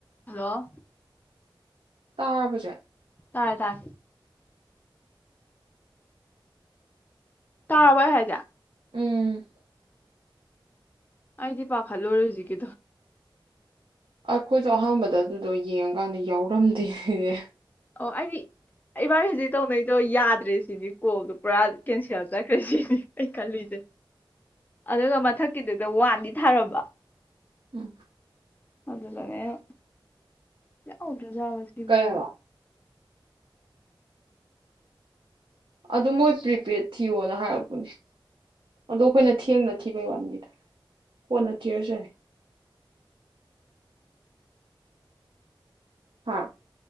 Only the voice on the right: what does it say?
ꯇꯥꯕ꯭ꯔꯣ ꯆꯦ
ꯎꯝ
ꯑꯩꯈꯣꯏꯁꯨ ꯑꯍꯥꯟꯕꯗ ꯑꯗꯨꯗꯣ ꯌꯦꯡꯉꯀꯥꯟꯗ ꯌꯥꯎꯔꯝꯗꯦꯌꯦ
ꯎꯝ
ꯀꯩꯕ
ꯑꯗꯨ ꯃꯣꯏ ꯄ꯭ꯔꯤꯄꯦꯗ ꯊꯤꯌꯣꯅ ꯍꯥꯏꯔꯛꯄꯅꯦ ꯑꯗꯣ ꯑꯩꯈꯣꯏꯅ ꯊꯦꯡꯅ ꯊꯤꯕꯩ ꯋꯥꯅꯤꯗ ꯀꯣꯟꯅ ꯊꯤꯔꯁꯨ ꯌꯥꯏ ꯍꯥ